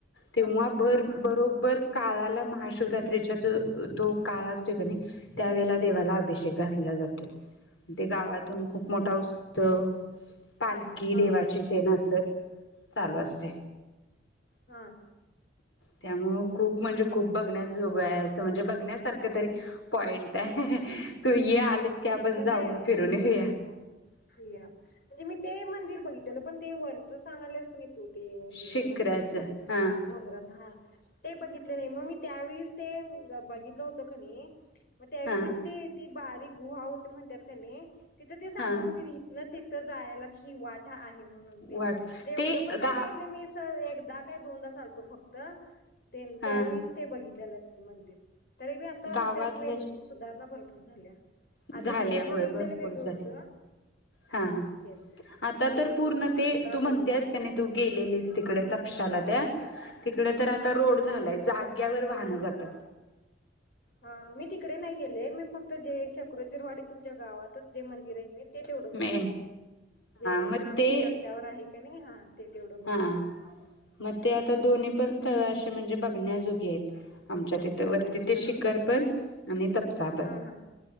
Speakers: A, on the left; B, on the left.
A: तेव्हा
B: चालेल
A: भर
B: हां हां
A: बरोबर काळाला महाशिवरात्रीचा जो तो काळ असतोय की नाय त्यावेळेला देवाला
B: हां
A: अभिषेक
B: हां
A: घातला जातोय ते गावातून
B: अभिषेक
A: खूप मोठा
B: हां
A: उत्सव ताल गी
B: हां
A: देे वाची तेन असल चालू असते
B: हां
A: त्यामुळ खूप म्हणजे खूप बघण्या जोग आहे आज त म्हणजे बघण्यासारखं तरी पॉईंट आहे तू ये आलीस की आपण
B: म्हणजे
A: जाऊन फिरून येऊया.
B: येतो प्रिया म्हणजे मी ते मंदिर बघि त्याला पण ते वरचं सांगआल्यास की नी तू ते
A: शिखराचं
B: हेज म्हणाल्यास काय तुमचं
A: हा
B: डोंगरात हा ते बघित ने मग मी त्यावेळीस ते बघितलं होत कनी मग त्यावेळीच
A: हा
B: किती बारीक गुहा होतं हणत्यात कनी तिथं ते सांगत
A: हा
B: होती हित ना ते तर जायला की ही वाटा आहे म्हणून
A: वाट
B: देइल ते एवढं पण काय
A: गा
B: माहित नाही मी तर एकदा काय दोनदा चालतो फक्त तेन ते त्यावेळीस
A: हा
B: ते बघितलेला आहे. मंदिर तरी बी आता
A: गावातलं
B: त्यात वेगळ गुश ना भरपूर झाल्या आधी
A: झाले
B: पहिल्यांदा
A: होय
B: बघितलेलं
A: भरपूर
B: वेगळं
A: झाले
B: होतं
A: हा
B: ते
A: आता
B: आणि
A: तर पूर्ण ते
B: आता
A: तू
B: वेगळं
A: म्हणतेस
B: झालं
A: काय नाही तू गेलेलीस तिकडे
B: हा
A: तपशाला त्या तिकडे तर आता
B: हा
A: रोड
B: हा
A: झाला आहे, जाग्यावर वाहन जात तक
B: हा मी तिकडे नाही गेले मी फक्त ज सक्रोजरवाडी तुमच्या गावात त जे मंदिर आहे की नाय ते तेवढं बघ,
A: मेन
B: जे
A: मग
B: हा
A: ते
B: मेन रस्त्यावर आहे पे नाही हा ते तेवढं बघितले
A: हा म
B: हा
A: ते आता दोन्ही पण स्थळ अशी म्हणजे बघण्याजो गीयेत आमच्या तिथं वरती
B: हायत
A: ते
B: हा
A: शिखर पण आणि तपसा
B: हा
A: पण
B: हा